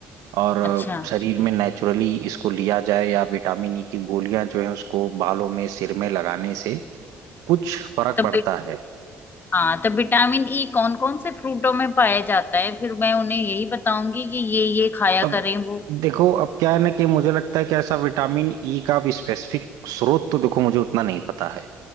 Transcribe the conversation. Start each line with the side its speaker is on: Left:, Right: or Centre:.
Right: और
Left: अच्छा
Right: शरीर में नेचुरली इसको लिया जाए या विटामिन ई की गोलियां जो है उसको बालों में सिर में लगाने से कुछ फर्क
Left: तो
Right: पड़ता है
Left: हाँ तो विटामिन ई कौन कौन से फ्रूटों में पाया जाता है फिर मैं उन्हें यही बताऊंगी कि ये ये खाया
Right: अब
Left: करें वो
Right: देखो अब क्या है ना कि मुझे लगता है कि ऐसा विटामिन ई का अब स्पेसिफिक स्रोत तो देखो मुझे उतना नहीं पता है